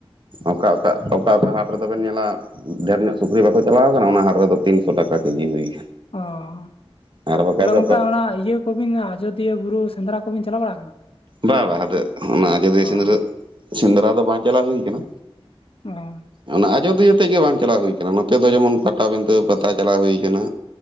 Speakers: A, on the right; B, on the left.
A: ᱚᱠᱟ ᱚᱠᱟ ᱚᱠᱼᱼ ᱚᱠᱟ ᱚᱠᱟ ᱦᱟᱴ ᱨᱮᱫᱚ ᱵᱮᱱ ᱧᱮᱞᱟ ᱰᱷᱮᱨ ᱧᱚᱜ ᱥᱩᱠᱨᱤ ᱵᱟᱠᱚ ᱪᱟᱞᱟᱣ ᱠᱟᱱᱟ ᱚᱱᱟ ᱦᱟᱴ ᱨᱮᱫᱚ ᱛᱤᱱᱥᱚ ᱴᱟᱠᱟ ᱠᱮᱡᱤ ᱦᱩᱭ
B: ᱚᱦᱚᱻ
A: ᱟᱠᱟᱱᱟ ᱟᱨ ᱵᱟᱠᱷᱟᱡ
B: ᱛᱟᱦᱚᱞᱮ
A: ᱫᱚ
B: ᱜᱚᱝᱠᱮ
A: ᱚᱠᱟ
B: ᱚᱱᱟᱼᱼ ᱚᱱᱟ ᱤᱭᱟᱹ ᱠᱩᱵᱤᱱ ᱟᱡᱚᱫᱤᱭᱟᱹ ᱵᱩᱨᱩ ᱥᱮᱸᱫᱽᱨᱟ ᱠᱚᱵᱤᱱ ᱪᱟᱞᱟᱣ ᱵᱟᱲᱟ ᱟᱠᱟᱱᱟ?
A: ᱵᱟ ᱵᱟ ᱟᱫᱚ ᱚᱱᱟ ᱟᱡᱚᱫᱤᱭᱟᱹ
B: ᱚ
A: ᱥᱮᱸᱫᱽᱨᱟᱹ ᱥᱮᱸᱫᱽᱨᱟ ᱫᱚ ᱵᱟᱝ ᱪᱟᱞᱟᱣ ᱦᱩᱭ ᱟᱠᱟᱱᱟ᱾
B: ᱚᱦᱚᱻ
A: ᱚᱱᱟ ᱟᱡᱚᱫᱤᱭᱟᱹ ᱛᱮᱜ ᱜᱮ ᱵᱟᱝ ᱪᱟᱞᱟᱣ ᱦᱩᱭ ᱠᱟᱱᱟ ᱱᱚᱛᱮ ᱫᱚ ᱡᱮᱢᱚᱱ ᱯᱟᱴᱟ ᱵᱤᱸᱫᱷᱟᱹ ᱯᱟᱛᱟ ᱪᱟᱞᱟᱣ ᱦᱩᱭ ᱟᱠᱟᱱᱟ